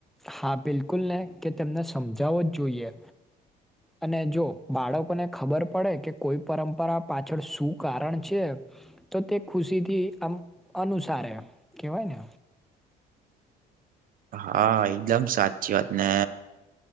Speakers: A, in the centre; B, on the right.
A: હા બિલકુલને કે તેમને સમજાવો જ જોઈએ. અને જો બાળકોને ખબર પડે કે કોઈ પરંપરા પાછળ શું કારણ છે. તો તે ખુશી થી આમ અનુસારે કેહેવાય ને.
B: હા એકદમ સાચી વાત ને